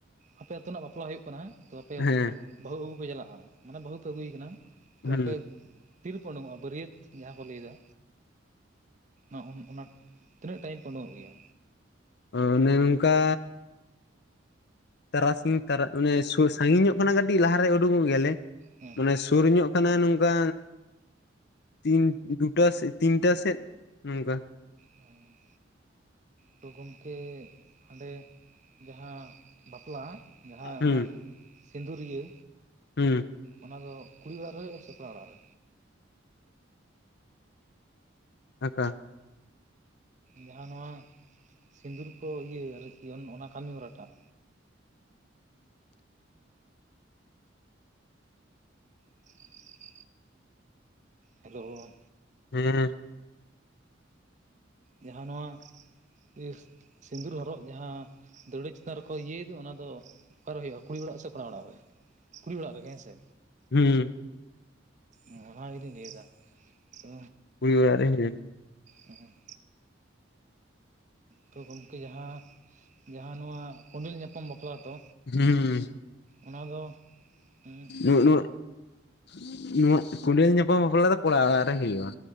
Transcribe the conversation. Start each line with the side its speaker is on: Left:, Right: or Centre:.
Right: ᱟᱯᱮ ᱟᱹᱛᱳ ᱨᱮᱱᱟᱜ ᱵᱟᱯᱞᱟ ᱦᱳᱭᱳᱜ ᱠᱟᱱᱟ ᱦᱮᱸ ᱛᱚ ᱟᱯᱮᱼᱼ
Left: ᱦᱮᱸ
Right: ᱵᱟᱹᱦᱩ ᱟᱹᱜᱩ ᱯᱮ ᱪᱟᱞᱟᱜ-ᱟ ᱢᱟᱱᱮ ᱵᱟᱹᱦᱩ ᱯᱮ ᱟᱹᱜᱩᱭᱮ ᱠᱟᱱᱟ
Left: ᱦᱩᱸ
Right: ᱛᱚ ᱟᱯᱮᱼᱼ ᱛᱤᱨᱮᱯᱮ ᱳᱰᱳᱝᱚᱜ-ᱟ? ᱵᱟᱹᱨᱤᱭᱟᱹᱛ ᱡᱟᱦᱟᱸ ᱠᱚ ᱞᱟᱹᱭ ᱫᱟᱼᱼ ᱚᱱᱟ ᱚᱱᱟ ᱛᱤᱱᱟᱹᱜ ᱴᱟᱭᱤᱢ ᱯᱮ ᱳᱰᱳᱝᱚᱜ ᱜᱮᱭᱟ᱾
Left: ᱚᱱᱮ ᱚᱱᱠᱟᱼᱼ ᱛᱟᱨᱟᱥᱤᱧ ᱛᱟᱨᱟ ᱢᱟᱱᱮ ᱥᱩ ᱥᱟᱸᱜᱤᱧ ᱧᱚᱜ ᱠᱷᱚᱱᱟᱜ ᱠᱟᱹᱴᱤᱡ ᱞᱟᱦᱟ‌ ᱨᱮ ᱳᱰᱳᱝᱚᱜ ᱜᱮᱭᱟ ᱞᱮ,
Right: ᱦᱮᱸ
Left: ᱢᱟᱱᱮ
Right: ᱦᱮᱸ
Left: ᱥᱩᱨ ᱧᱚᱜᱼᱼ ᱠᱟᱱᱟ ᱱᱚᱝᱠᱟ ᱛᱤᱱ ᱫᱩᱴᱟ ᱥᱮᱫ ᱛᱤᱱ ᱴᱟ ᱥᱮᱫ ᱱᱚᱝᱠᱟ᱾
Right: ᱚᱸ ᱛᱚ ᱜᱚᱢᱠᱮ ᱦᱟᱸᱰᱮ ᱡᱟᱦᱟᱸ ᱵᱟᱯᱞᱟ, ᱡᱟᱦᱟᱸ
Left: ᱦᱩᱸ
Right: ᱚᱱᱟ ᱥᱤᱸᱫᱩᱨ ᱤᱭᱟᱹᱼᱼ
Left: ᱦᱩᱸ
Right: ᱚᱱᱟ ᱫᱚ ᱠᱩᱲᱤ ᱚᱲᱟᱜ ᱨᱮ ᱦᱳᱭᱳᱜ-ᱟ ᱥᱮ ᱠᱚᱲᱟ ᱚᱲᱟᱜ ᱨᱮ?
Left: ᱟᱸᱠᱟ?
Right: ᱡᱟᱦᱟᱸ ᱱᱚᱣᱟ ᱥᱤᱸᱫᱩᱨ ᱠᱚ ᱤᱭᱟᱹ ᱟᱨ ᱠᱤ ᱚᱱᱟ ᱠᱟᱹᱢᱤ ᱦᱚᱨᱟ‌ ᱴᱟᱜᱼᱼ <inaudible> ᱦᱮᱞᱳ
Left: ᱦᱮᱸ ᱦᱮᱸ
Right: ᱡᱟᱦᱟᱸ ᱱᱚᱣᱟ <inaudible> ᱥᱤᱸᱫᱩᱨ ᱦᱚᱨᱚᱜ ᱡᱟᱦᱟᱸ ᱫᱟᱹᱣᱲᱟᱹ ᱪᱮᱛᱟᱱ ᱨᱮᱠᱚ ᱤᱭᱟᱹᱭᱮᱫ ᱚᱱᱟ ᱫᱚᱼᱼ <inaudible> ᱚᱠᱟᱨᱮ ᱦᱩᱭᱩᱜ-ᱟ ᱠᱩᱲᱤ ᱚᱲᱟᱜ ᱥᱮ ᱠᱚᱲᱟ ᱚᱲᱟᱜ ᱨᱮ ᱠᱩᱲᱤ ᱚᱲᱟᱜ ᱨᱮᱜᱮ ᱦᱮᱸᱥᱮ?
Left: ᱦᱩᱸ
Right: ᱚᱸ ᱚᱱᱟ ᱜᱮᱛᱚᱧ ᱞᱟᱹᱭ ᱮᱫᱟ ᱛᱚ᱾
Left: ᱠᱩᱲᱤ ᱚᱲᱟᱜ ᱨᱮ <inaudible>
Right: ᱩᱸ ᱛᱚ ᱜᱚᱢᱠᱮ ᱡᱟᱦᱟᱸ ᱡᱟᱦᱟᱸ ᱱᱚᱣᱟ ᱠᱚᱸᱰᱮᱞ ᱧᱟᱯᱟᱢ ᱵᱟᱯᱞᱟ ᱫᱚ?
Left: ᱦᱩᱸ
Right: ᱚᱱᱟ ᱫᱚ ᱦᱮᱸ
Left: ᱱᱚ ᱱᱚᱣᱟ ᱱᱚᱣᱟ᱾ <unintelligible> ᱠᱚᱹᱰᱮᱞ ᱧᱟᱯᱟᱢ ᱵᱟᱯᱞᱟ ᱫᱚ ᱠᱚᱲᱟ ᱚᱲᱟᱜ ᱨᱮ ᱦᱩᱭᱩᱜ-ᱟ᱾